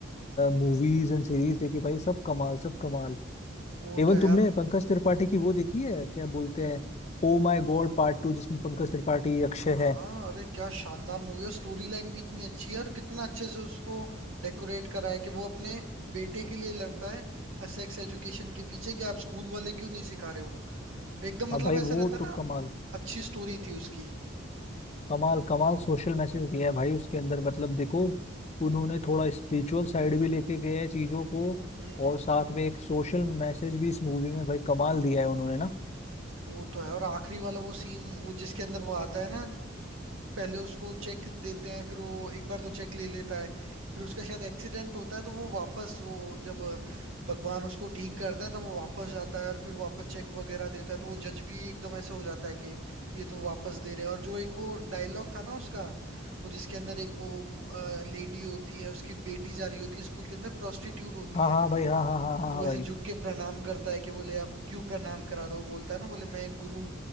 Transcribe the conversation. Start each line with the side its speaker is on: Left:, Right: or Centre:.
Left: मूवीज एंड सीरीज देखी भाई सब कमाल सब कमाल
Right: वो
Left: इवन
Right: तो है
Left: तुमने
Right: यार
Left: पंकज त्रिपाठी की वो देखी है क्या बोलते हैं Oh My God part two जिसमें पंकज त्रिपाठी अक्षय
Right: हाँ
Left: है
Right: हाँ अरे क्या शानदार मूवी है स्टोरी लाइन भी इतनी अच्छी है और कितना अच्छे से उसको डेकोरेट करा है कि वो अपने बेटे के लिए लड़ता है सेक्स एजुकेशन के पीछे कि आप स्कूल वाले क्यों नहीं सिखा रहे हो एकदम
Left: हाँ
Right: मतलब
Left: भाई
Right: ऐसा
Left: वो
Right: रहता है
Left: तो
Right: ना
Left: कमाल
Right: अच्छी स्टोरी थी उसकी
Left: कमाल कमाल सोशल मैसेज दिया है भाई उसके अंदर मतलब देखो उन्होंने थोड़ा स्पिरिचुअल साइड भी लेके गए हैं चीजों को
Right: हम्म
Left: और साथ में एक सोशल मैसेज भी इस मूवी में भाई कमाल दिया है उन्होंने ना
Right: वो तो है और आखिरी वाला वो सीन वो जिसके अंदर वो आता है ना पहले उसको चेक देते हैं फिर वो एक बार तो चेक ले लेता है फिर उसका शायद एक्सीडेंट होता है तो वो वापस वो जब भगवान उसको ठीक करते हैं तब वो वापस जाता है और फिर वापस चेक वगैरह देता है तो वो जज भी एकदम ऐसे हो जाता है कि ये तो वापस दे रहे हैं और जो एक वो डायलॉग था ना उसका वो जिसके अंदर एक वो लेडी होती है उसकी बेटी जा रही होती है स्कूल के अंदर प्रोस्टिट्यूट होती
Left: हाँ
Right: है
Left: हाँ भाई हाँ हाँ हाँ हाँ
Right: तो
Left: हाँ
Right: वैसे
Left: भाई
Right: झुक के प्रणाम करता है कि बोले आप क्यों प्रणाम करा रहे हो बोलता है ना बोले मैं एक गुरु